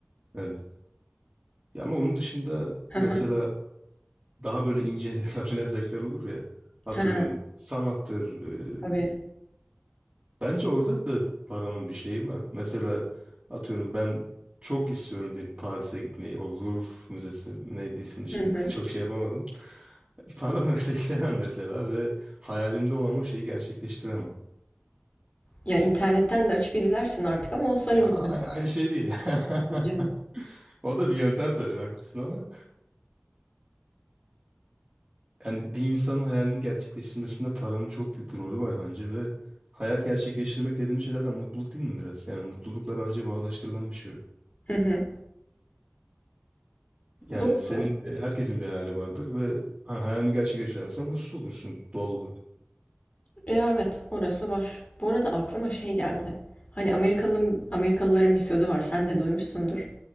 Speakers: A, on the right; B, on the left.
A: Evet. Ya ama onun dışında
B: Hı
A: mesela
B: hı.
A: daha böyle ince <laughs> rafine zevkler olur ya. Atıyorum
B: Ha,
A: sanattır,
B: tabii.
A: e, Bence orada da paranın bir şeyi var. Mesela atıyorum ben çok istiyorum diyelim Paris'e gitmeyi. O Louvre Müzesi mi neydi ismini şimdi
B: Hı hı.
A: <laughs> çok şey yapamadım. Param yoksa <laughs> gidemem mesela ve hayalimde olan o şeyi gerçekleştiremem.
B: Ya internetten de açıp izlersin artık ama o sayılmıyor.
A: Ya a- aynı şey değil ya.
B: Tabii Canım.
A: <laughs> O da bir yöntem tabii haklısın ama. Yani bir insanın hayalini gerçekleştirmesinde paranın çok büyük bir rolü var bence ve hayal gerçekleştirmek dediğimiz şey zaten mutluluk değil mi biraz? Yani mutlulukla bence bağdaştırılan bir şey.
B: Hı hı.
A: Yani
B: Doğru.
A: senin e, herkesin bir hayali vardır ve hani hayalini gerçekleştiremezsen mutsuz olursun doğal olarak.
B: Ya evet, orası var. Bu arada aklıma şey geldi. Hani Amerikalı, Amerikalıların bir sözü var, sen de duymuşsundur.